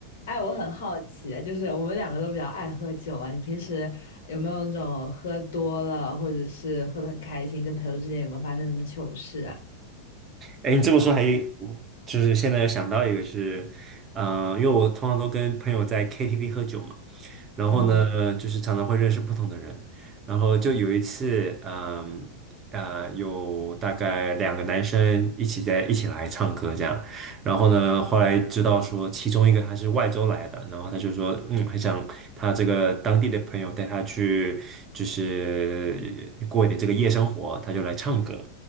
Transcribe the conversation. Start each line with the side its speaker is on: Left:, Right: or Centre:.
Left: 哎，我很好奇，就是我们两个都比较爱喝酒啊，你平时有没有那种喝多了，或者是喝得很开心，跟朋友之间有没有发生什么糗事啊？
Right: 哎，你这么说还就是现在想到一个是，呃，因为我通常都跟朋友在 KTV 喝酒嘛，然后呢，
Left: 嗯
Right: 嗯呃就是常常会认识不同的人，然后就有一次，嗯呃，有大概两个男生一起在一起来唱歌这样，然后呢，后来知道说其中一个他是外州来的，然后他就说，嗯，很想他这个当地的朋友带他去，就是过一点这个夜生活，他就来唱歌，